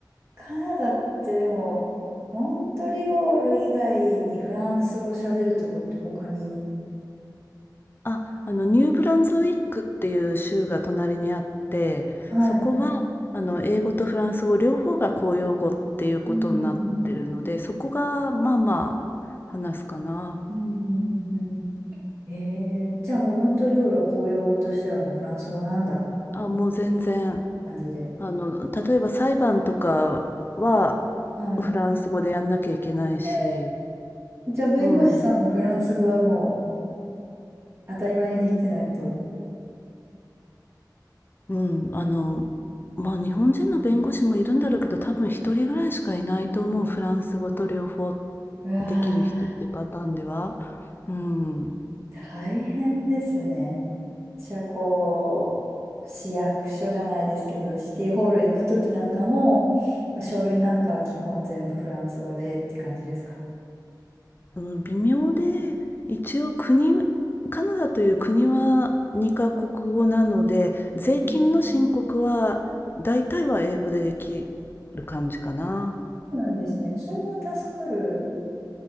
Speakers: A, on the right (about 35°); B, on the left (about 30°).
A: カナダってでも、モントリオール以外にフランス語喋るとこって他に。
B: あ、あの、ニューブランズウィックっていう州が隣にあって、
A: はい。
B: そこは、あの、英語とフランス語両方が公用語っていうことになってるので、
A: うん。
B: そこがまあまあ話すかな。
A: うんうんうん。ええ、じゃあもうモントリオールは公用語としてはもうフランス語なんだ
B: あ、もう全然、
A: 感じで。
B: あの、例えば裁判とかは
A: は
B: フランス語でやんなきゃいけないし、
A: い。えー、じゃあ弁護士さんもフランス語はもう
B: うん。
A: 当たり前にできてないと。
B: うん、あの、ま、日本人の弁護士もいるんだろうけど、多分一人ぐらいしかいないと思う、フランス語と両方
A: うわー、
B: できる人っていうパターンでは。うん。
A: 大変ですね。私はこう、市役所じゃないですけど、シティホール行くときなんかも、まあ書類なんかは基本全部フランス語でって感じですか。
B: うん、微妙で、一応国カナダという国は2カ国語なので、税金の申告は大体は英語でできる感じかな。
A: うんそうなんですね。それは助かる。